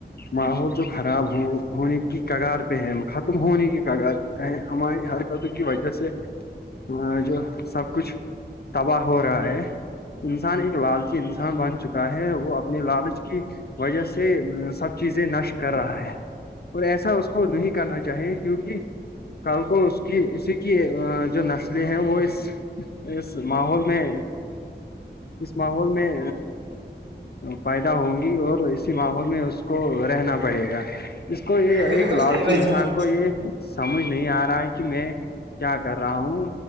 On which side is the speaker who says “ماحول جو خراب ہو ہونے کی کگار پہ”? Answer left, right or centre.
Left